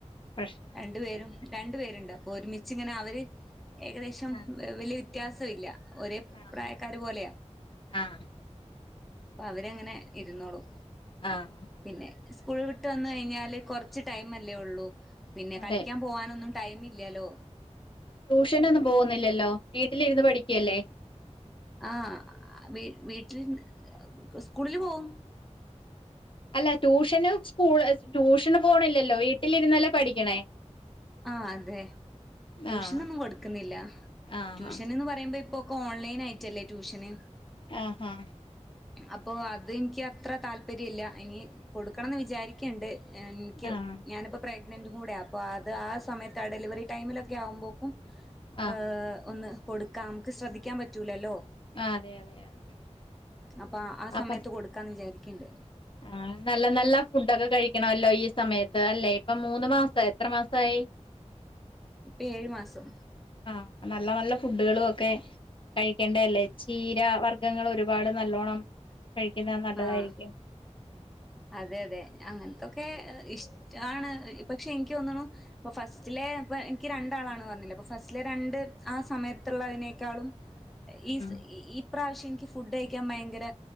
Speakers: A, on the left; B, in the centre.
A: പ്രശ്നങ്ങളൊന്നും
B: രണ്ടുപേരും
A: ഇല്ലാത്തത്
B: രണ്ടുപേരുണ്ട് ഒരുമിച്ച് ഇങ്ങനെ അവര് ഏകദേശം
A: ആഹ്
B: വ വലിയ വ്യത്യാസം ഇല്ല. ഒരേ
A: ആഹ്
B: പ്രായക്കാര് പോലെയാ
A: ആഹ്
B: പ്പവരെങ്ങനെ ഇരുന്നോളും
A: ആഹ്
B: പിന്നേ ഉസ്‌കൂള് വിട്ട് വന്ന് കഴിഞ്ഞാല് കൊർച് ടൈമല്ലേ ഒള്ളു പിന്നേ
A: അതെ
B: കളിക്കാൻ പോവാനൊന്നും ടൈമില്യാലോ
A: ടൂഷനൊന്നും പോകുന്നില്ലലോ? വീട്ടിലിരുന്ന് പടിക്കല്ലേ.
B: ആഹ് വീട്ട് വീട്ടിലിരുന്ന് ഉസ്‌കൂളില് പോവും.
A: അല്ല ടൂഷനു സ്‌കൂള് ടൂഷന് പോണില്ലല്ലോ വീട്ടിലിരുന്നല്ലേ പടിക്കണേ
B: ആഹ് അതെ ട്യൂഷനൊന്നും
A: ആഹ്
B: കൊടുക്കുന്നില്ല
A: ആഹ്
B: ട്യൂഷന് ന്ന് പറയുമ്പോ ഇപ്പൊ ഓൺലൈൻ ആയിട്ടല്ലേ ട്യൂഷന്
A: അഹ് ഹാ
B: അപ്പൊ അത് എനിക്കത്ര താല്പര്യല്ല ഇനി കൊടുക്കണം ന്ന് വിജാരിക്ക്‌ണ്ട്. എന്ക്കു
A: ആഹ്
B: ഞാനിപ്പ പ്രേഗ് നന്റ്കൂടെ അപ്പൊ ആ ത് ആ സമയത്ത് ആ ഡെലിവറി ടൈമിലൊക്കെ ആവുമ്പോക്കും
A: ആഹ്
B: അതെ
A: ആഹ്
B: തെ തെ ഒന്ന് കൊടുക്കാം മ്ക്ക് ശ്രെദ്ധിക്കാൻ പറ്റൂലല്ലോ.
A: അതെ അതെ അതെ
B: അപ്പാ ആ
A: അപ്പൊ
B: സമയത്ത് കൊടുക്കാന്ന് വിചാരി ക്കിണ്ട്.
A: ആഹ് നല്ല നല്ല ഫുടൊക്കെ കഴിക്കണല്ലോ ഈ സമയത്ത് അല്ലെ ഇപ്പൊ മൂന്ന് മാസാ എത്ര മാസായി
B: ഇപ്പേഴ് മാസം.
A: അഹ് നല്ല നല്ല ഫുഡ്‌കള് ഒക്കെ കഴിക്കേണ്ടെഅല്ലേ ചീര വർഗ്ഗങ്ങൾ ഒരുപാട് നല്ലോണം കഴിക്കണ് നല്ലതായിരിക്കും.
B: ആഹ് അതെ അതെ അങ്ങൻതൊക്കെ ഇഷ്ട്ടാണ് ഇ പക്ഷെ എനിക്ക് തോന്നുണു ഇപ്പ ഫസ്റ്റിലെ ഇപ്പ എനിക്ക് രണ്ടാളാണ് പറഞ്ഞില്ലെ അപ്പ ഫസ്റ്റിലെ രണ്ട് ആ സമയത്ത് ത്ത് ള്ളയിനെക്കാളും ഇസ്
A: ഉം
B: ഈ ഇപ്രാഷ്യം എനിക്ക് ഫുഡ്‌ കഴിക്കാൻ ഭയങ്കര